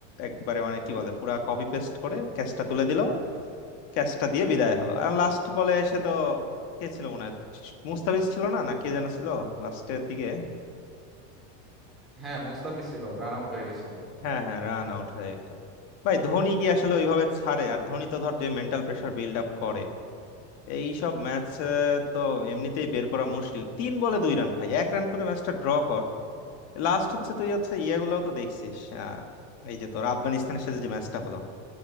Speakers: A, on the left (about 40°); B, in the centre.
A: একবারে মানে কি বলে পুরা কপি পেস্ট করে ক্যাচটা তুলে দিল ক্যাচটা দিয়ে বিদায় হলো আর লাস্ট বলে এসে তো কে ছিল মনে হয় মুস্তাফিজ ছিল না না কে যেন ছিল লাস্টের দিকে
B: হ্যাঁ মোস্তাফিজ ছিল রান আউট হয়ে গেছিল
A: হ্যাঁ হ্যাঁ রান আউট হয়ে গেল ভাই ধোনি কি আসলে ওইভাবে ছাড়ে আর ধোনি তো ধর যে মেন্টাল প্রেসার বিল্ড আপ করে এই সব ম্যাচ তো এমনিতেই বের করা মুশকিল তিন বলে দুই রান ভাই এক রান করে ম্যাচটা ড্র কর লাস্ট হচ্ছে তুই হচ্ছে ইয়েগুলাও তো দেখছিস আহ, এই যে তোর আফগানিস্তানের সাথে যে ম্যাচটা হলো